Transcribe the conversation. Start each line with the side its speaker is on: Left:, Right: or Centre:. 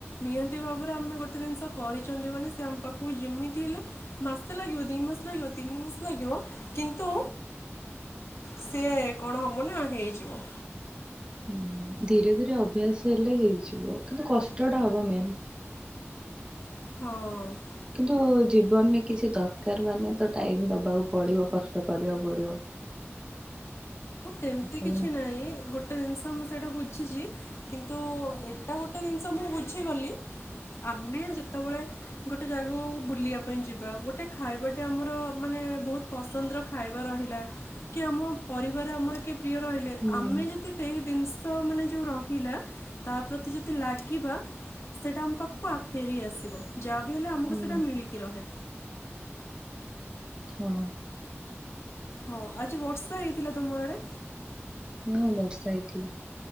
Left: ନିହାତି ଭାବରେ ଆମେ ଗୋଟେ ଜିନିଷ କରିଛନ୍ତି ମାନେ ସେ ଆମ ପାଖକୁ ଯେମିତି ହେଲେ ମାସେ ଲାଗିବ ଦି ମାସ ଲାଗିବ ତିନି ମାସ ଲାଗିବ କିନ୍ତୁ ସିଏ କଣ ହବ ନା ହେଇଯିବ।
Right: ହୁଁ ଧିରେ ଧିରେ ଅଭ୍ୟାସ ହେଲେ ହେଇଯିବ କିନ୍ତୁ କଷ୍ଟ ଟା ହବ ମେନ୍
Left: ହଁ।
Right: କିନ୍ତୁ ଜୀବନରେ କିଛି ଦରକାର ମାନେ ତ ଟାଇମ ଦବାକୁ ପଡିବ କଷ୍ଟ କରିଆକୁ ପଡିବ।
Left: ସେମିତି
Right: ଉଠେଇବି
Left: କିଛି
Right: ନା
Left: ନାଇଁ ଗୋଟେ ଗୋଟେ ଜିନିଷ ମୁଁ ସେଇଟା ବୁଝିଛି କିନ୍ତୁଏ ଏଟା ଗୋଟେ ଜିନିଷ ମୁଁ ବୁଝିଗଲି ଆମେ ଯେତବଳେ ଗୋଟେ ଜାଗାକୁ ବୁଲିଆ ପାଇଁ ଯିବା ଗୋଟେ ଖାଇବା ଟେ ଆମର ମାନେ ବହୁତ ପସନ୍ଦର ଖାଇବା ରହିଲା କି ଆମ ପ ର ଆମର କିଏ ପ୍ରିୟ ରହିଲେ
Right: ହୁଁ
Left: ଆମେ ଯଦି ସେହି ଜିନି ସ ମାନେ ଯୋଉ ରହିଲା ତା ପ୍ରତି ଯଦି ଲାଗିବା ସେଇଟା ଆମ ପାଖୁକୁ ଫେରି ଆସ ସିବ। ଯାହା ବିି ହେଲେ ଆମକୁ
Right: ହୁଁ
Left: ସେଇଟା ମିଳିକି ରହେ।
Right: ହଁ।
Left: ହଁ ଆଜି ବର୍ଷା ହେଇଥିଲା ତମ ଆଡେ?
Right: ହଁ ବର୍ଷା ହେଇଥିଲା